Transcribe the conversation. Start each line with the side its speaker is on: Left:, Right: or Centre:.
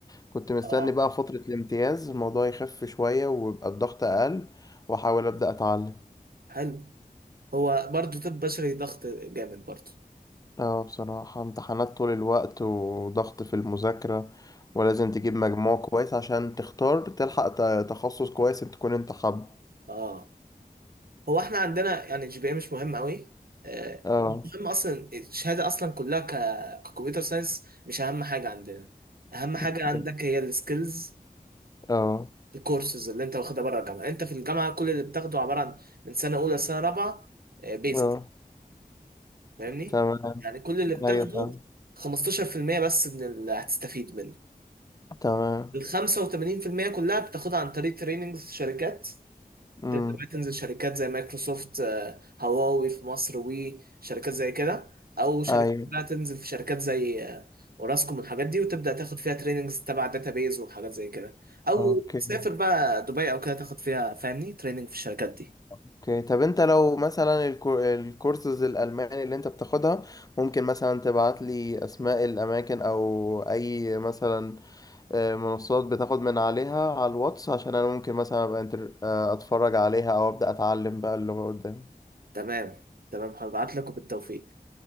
Left: فكنت مستني
Right: اه
Left: بقى فترة الامتياز الموضوع يخف شوية ويبقى الضغط أقل وأحاول أبدأ أتعلم
Right: حلو هو برضه طب بشري ضغط جامد برضه
Left: اه بصراحة امتحانات طول الوقت وضغط في المذاكرة ولازم تجيب مجموع كويس عشان تختار تلحق ت- تخصص كويس تكون انت حابه
Right: اه هو احنا عندنا يعني الجي بي اي مش مهم قوي آه،
Left: اه
Right: المهم اصلا الشهاده اصلا كلها ك... ككمبيوتر ساينس مش اهم حاجه عندنا اهم حاجه
Left: اوكي
Right: عندك هي السكيلز
Left: اه
Right: والكورسز اللي انت واخدها بره الجامعه انت في الجامعه كل اللي بتاخده عباره عن من سنه اولى لسنه رابعه بيزك
Left: اه
Right: فاهمني
Left: تمام
Right: يعني كل اللي بتاخده
Left: ايوه فاهم
Right: 15% بس من اللي هتستفيد منه
Left: تمام
Right: ال 85% كلها بتاخدها عن طريق تريننجز في شركات
Left: امم
Right: تبدأ بقى تنزل شركات زي مايكروسوفت آه، هواوي في مصر وي شركات زي كده او شركات
Left: ايوه
Right: بقى تنزل في شركات زي آه، اوراسكوم والحاجات دي وتبدأ تاخد فيها تريننجز تبع داتابيز وحاجات زي كده او
Left: اوكي
Right: تسافر بقى دبي او كده تاخد فيها فاهمني تريننج في الشركات دي
Left: اوكي طب انت لو مثلا الكو- الكورسز الالماني اللي انت بتاخدها ممكن مثلا تبعت لي اسماء الاماكن او اي مثلا آه، منصات بتاخد من عليها على الواتس عشان انا ممكن مثلا ابقى انتر- آه، اتفرج عليها او ابدا اتعلم بقى اللغة قدام
Right: تمام تمام هبعت لك وبالتوفيق